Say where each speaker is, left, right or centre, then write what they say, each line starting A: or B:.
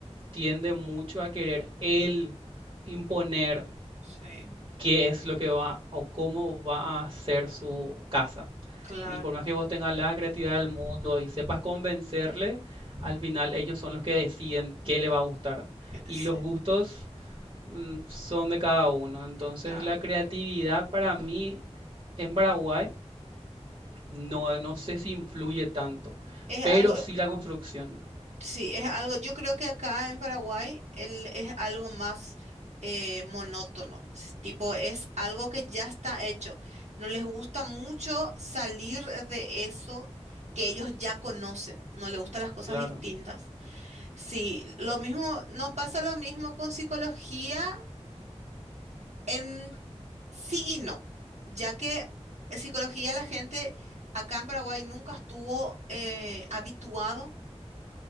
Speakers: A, on the right; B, on the right.
A: tiende mucho a querer él imponer
B: Sí,
A: qué es lo que va o cómo va a ser su casa.
B: claro,
A: Y por más que vos tengas la creatividad del mundo y sepas convencerle, al final ellos son los que deciden qué le va a gustar.
B: que
A: Y
B: sí,
A: los gustos mm, son de cada uno. Entonces
B: claro.
A: la creatividad para mí en Paraguay no, no sé si influye tanto,
B: Es
A: pero
B: algo,
A: sí la construcción.
B: Sí, es algo, yo creo que acá en Paraguay el- es algo más eh, monótono, s- tipo es algo que ya está hecho. No les gusta mucho salir de eso que ellos ya conocen, no les gustan las cosas
A: Claro,
B: distintas. Sí, lo mismo, no pasa lo mismo con psicología en sí y no, ya que psicología la gente acá en Paraguay nunca estuvo eh, habituado